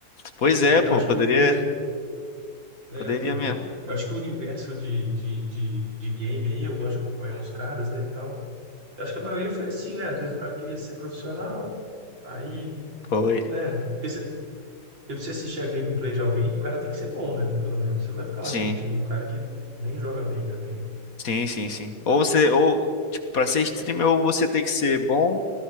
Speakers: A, on the left; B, on the right.
A: Pois
B: Não sei,
A: é,
B: né?
A: pô,
B: Eu acho
A: poderia,
B: que o, uni- é,
A: poderia
B: o-
A: mesmo.
B: eu acho que o universo de, de, de, de game aí, eu gosto de acompanhar uns caras, né, e tal. Eu acho que a maioria foi assim, né? Às vezes o cara queria ser profissional, aí,
A: Foi.
B: né? Porque Porque pra você assistir a gameplay de alguém, o cara tem que ser bom, né? Pelo menos. Você não vai ficar
A: Sim.
B: lá curtindo um cara que nem joga bem também, né?
A: Sim, sim, sim. Ou você, ou, tipo, pra ser streamer, ou você tem que ser bom,